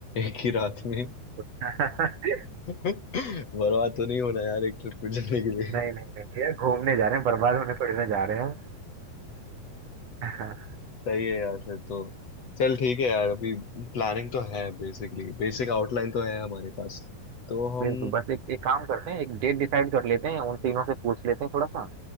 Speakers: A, on the left; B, on the right.
A: एक ही रात में
B: <laughs>
A: बर्बाद तो नहीं होना यार एक ट्रिप पे जाने के लिए
B: नहीं नहीं नहीं यार घूमने जा रहे हैं बर्बाद होने थोड़ी ना जा रहे हैं हम <laughs> हाँ
A: सही है यार फिर तो चल ठीक है यार अभी प्लानिंग तो है बेसिकली बेसिक आउटलाइन तो है हमारे पास तो हम
B: बिल्कुल बस एक एक काम करते हैं एक डेट डिसाइड कर लेते हैं उन तीनों से पूछ लेते हैं थोड़ा सा